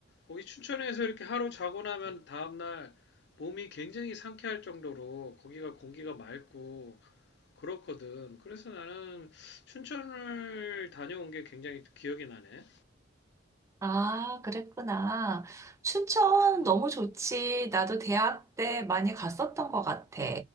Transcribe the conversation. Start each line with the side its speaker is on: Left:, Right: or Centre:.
Left: 거기 춘천에서 이렇게 하루 자고 나면 다음날 몸이 굉장히 상쾌할 정도로 거기가 공기가 맑고 그렇거든. 그래서 나는 춘천을 다녀온 게 굉장히 기억이 나네.
Right: 아, 그랬구나. 춘천
Left: 음.
Right: 너무 좋지. 나도 대학 때 많이 갔었던 것 같아.